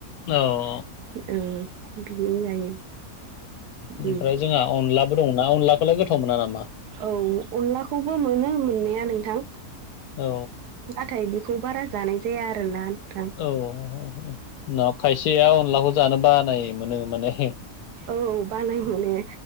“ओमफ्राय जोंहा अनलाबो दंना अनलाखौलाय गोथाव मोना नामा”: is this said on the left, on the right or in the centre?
Left